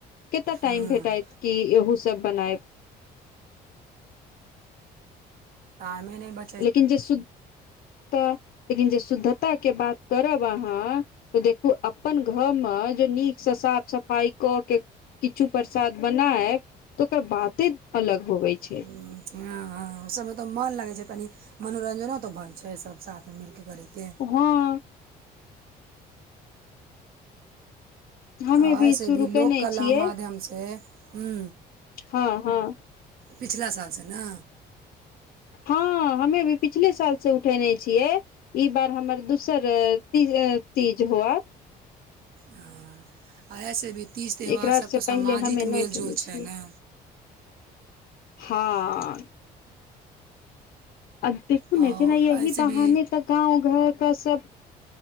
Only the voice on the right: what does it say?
हूँ
ने ब
हूँ हँ ओ सबमे तऽ मोन लगै छै तनि मनोरञ्जनो तऽ भऽ जा छै सब साथमे मिलके करैके।
आ अइसे
भी लोक
कला
माध्यमसँ हँ
पिछला सालसँ ने?
हँ आ एहिसँ भी तीज त्यौहार
सब
तऽ
सामाजिक
मेलजोल
छै ने।
आओर
एहिसँ
भी